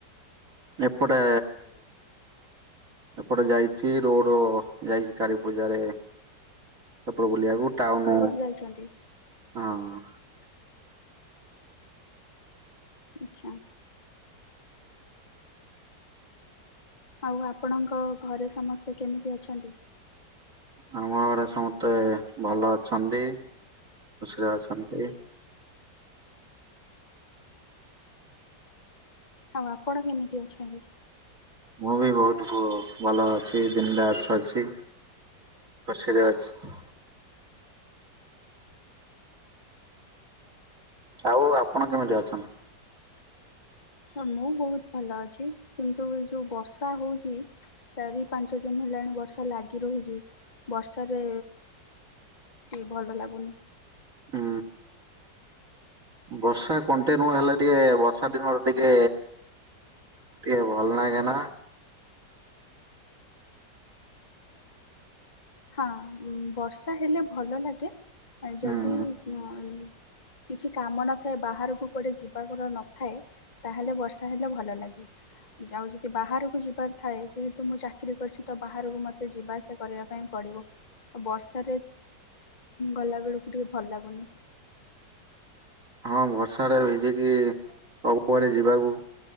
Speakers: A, on the right; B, on the left.
A: ଏପଟେ ଏପଟେ ଯାଇଚି ରୋଡ ଯାଇଚି କାଳୀ ପୂଜାରେ। ସେପଟେ ବୁଲିବାକୁ ଟାଉନୁ
B: ଯାଛନ୍ତି।
A: ହଁ ହଁ।
B: ଆଚ୍ଛା। ଆଉ ଆପଣଙ୍କ ଘରେ ସମସ୍ତେ କେମିତି ଅଛନ୍ତି?
A: ଆମ ଘରେ ସମସ୍ତେ ଭଲ ଅଛନ୍ତି ଖୁସିରେ ଅଛନ୍ତି।
B: ଆଉ ଆପଣ କେମିତି ଅଛନ୍ତି?
A: ମୁଁ ବି ବହୁତ ଭଲ ଅଛି ବିନ୍ ଦାଶ ଅଛି। ଖୁସିରେ ଅଛି। ଆଉ ଆପଣ କେମିତି ଅଛନ୍ତି?
B: ହଁ ମୁଁ ବହୁତ ଭଲ ଅଛି କିନ୍ତୁ ଏ ଯେଉଁ ବର୍ଷା ହଉଛି। ଚାରି ପାଞ୍ଚ ଦିନ ହେଲାଣି ବର୍ଷା ଲାଗି ରହୁଛି ବର୍ଷାରେ ଟି ଭଲ ଲାଗୁନି।
A: ଉଁ ବର୍ଷା କଣ୍ଟିନ୍ୟୁ ହେଲା ଟିକେ ବର୍ଷା ଦିନର ଟିକେ ଟିକେ ଭଲ ଲାଗେ ନା?
B: ହଁ ବର୍ଷା ହେଲେ ଭଲ ଲାଗେ
A: ହୁଁ
B: ଯଦି ହ କିଛି କାମ ନଥାଏ ବାହାରକୁ କୁଆଡ଼େ ଯିବା କର ନଥାଏ ତାହେଲେ ବର୍ଷା ହେଲେ ଭଲ ଲାଗେ। ଆଉ ଯଦି ବାହାରକୁ ଯିବା ଥାଏ ଯେହେତୁ ମୁଁ ଚାକିରରି କରିଛି ତ ବାହାରକୁ ମୋତେ ଯିବା ଆସିବା କରିବା ପାଇଁ ପଡ଼ିବ ଆଉ ବର୍ଷାରେ ଗଲାବେଳକୁ ଟିକେ ଭଲ ଲାଗୁନି।
A: ହଁ ବର୍ଷା ଯଦି ସବୁଆଡ ଯିବାକୁ